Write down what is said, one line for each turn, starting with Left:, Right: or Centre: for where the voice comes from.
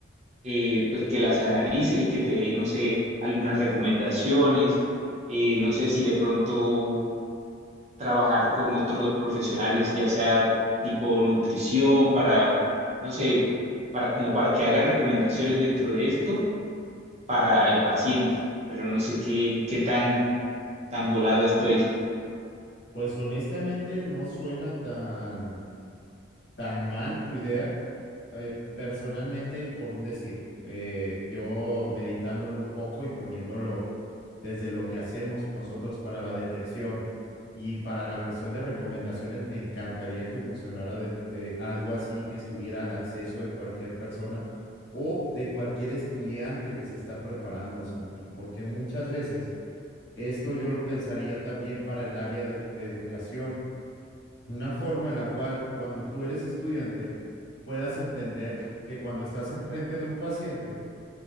Right: eh, pues que las analice y que te dé, no sé, algunas recomendaciones, eh, no sé si de pronto trabajar con otros profesionales, ya sea tipo nutrición, para, no sé, para como para que haga recomendaciones dentro de esto para el paciente, pero no sé qué, qué tan, tan volado estoy.
Left: Pues honestamente no suena tan, tan mal tu idea. Eh, personalmente, por un decir, eh, yo meditándolo un poco y poniéndolo desde lo que hacemos nosotros para la detección y para la cuestión de recomendaciones, me encantaría que funcionara de, eh, algo así, que estuviera al acceso de cualquier persona o de cualquier estudiante que se está preparando, Santi, porque muchas veces esto yo lo pensaría también para el área de de educación una forma en la cual cuando tú eres estudiante puedas entender que cuando estás enfrente de un paciente,